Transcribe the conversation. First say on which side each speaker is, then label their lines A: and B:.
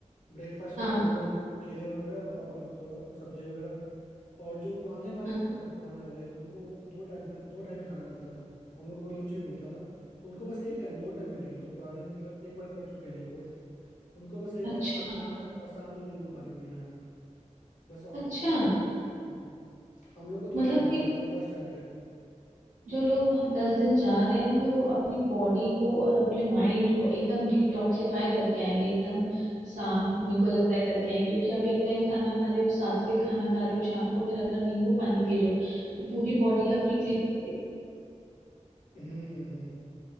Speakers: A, on the left; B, on the right.
A: ब्रेकफास्ट
B: हाँ
A: में नॉर्मल केले वगैरह और थोड़ा सब्जी वगैरह और जो पुराने वाले
B: हाँ
A: होते थे ना पुराने वाले उनको दो टाइम दो टाइम ही खाना मिलता था हम लोग को तो लंच भी मिलता था उनको बस एक टाइम दो टाइम में नहीं जो पुराने मतलब एक बार कर चुके हैं ये कोर्स उनको बस एक
B: अच्छा
A: टाइम खाना खाना है और शाम में नींबू पानी पीना है बस और
B: अच्छा
A: कुछ नहीं हम्म हम लोग को दो
B: मतलब
A: टाइम मिलता
B: कि
A: था जो फर्स्ट टाइम थे
B: जो लोग वहां दस दिन जा रहे हैं वो अपनी बॉडी को और अपने माइंड को एकदम डिटॉक्सिफाई करके आएंगे एकदम साफ मेरे को लगता है करके आएंगे क्योंकि आप एक टाइम खाना खा रहे हो सात्विक खाना खा रहे हो शाम को फिर अगर नींबू पानी पी रहे हो तो पूरी
A: हम्म
B: बॉडी आपकी क्लीन करेगी
A: हम्म हम्म हम्म।